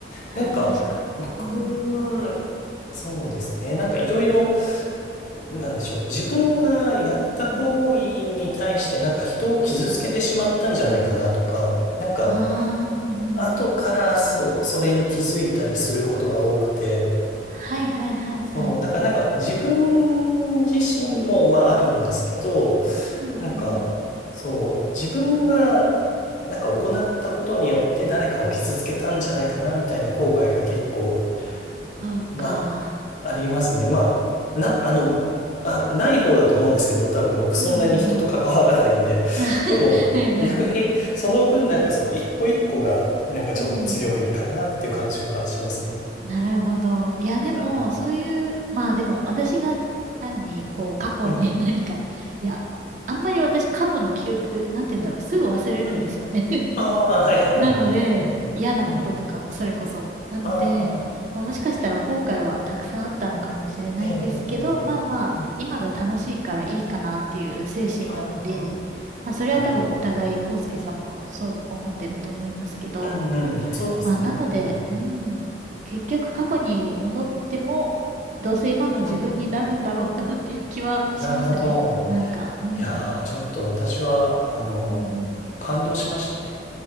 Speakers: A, on the right; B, on the left.
A: ああ、
B: なんか、
A: 確かに。
B: 僕は、
A: うん。
B: そうですね。なんかいろいろ、なんでしょう。自分がやった行為に対してなんか人を傷つけてしまったんじゃないかなとか、
A: うん。
B: なんか、
A: ああ、うんうんうん。
B: 後からそ、それに気づいたりすることが多くて、
A: はいはいはいはい。
B: そう、なんか、なんか自分自身も、まああるんですけど、
A: うんうんうん。
B: なんか、そう、自分が、なんか行ったことによって誰かを傷つけたんじゃないかな、みたいな後悔が結構、
A: そうか。
B: まあ、ありますね。まあ、な、あの、あ、ない方だと思うんですけど、多分僕そんなに人と関わらないんで。
A: うんうんうん。<laughs> はいはいはい。
B: <laughs> でも、逆にその分なんかその一個一個が、
A: うん。
B: なんかちょっと強いかなっていう感じはしますね。
A: うんなるほど。いやでも、
B: は
A: そういう、まあでも、私が単に、こう、過去に
B: い。ええ、
A: <laughs> 何か、いや、あんまり私、過去の記憶、なんて言うんだろう、すぐ忘れるんですよね。
B: はい。ああ、はい、はい。
A: なので、
B: うん。
A: 嫌なこととかもそれこそ。
B: うん。
A: なので、
B: ああ、
A: まあ、もしかしたら後悔はたくさんあったのかもしれないですけど、
B: ええ、ええ、
A: まあまあ、
B: ええ。うん。
A: 今が楽しいからいいかなっていう精神なので、
B: ああ。
A: まあそれは多分お互い、
B: なるほど。
A: 康介さんもそう思ってると思いますけど、
B: うんうん、そうですね。
A: まあなので、
B: うん、
A: うん、結局過去に戻っても、どうせ今の自分になるんだろうなっていう気はしますね。
B: うん、うん。なるほど。
A: なんか、うん、
B: いやー、ちょっと私は、あの、
A: うんう
B: 感動しましたね。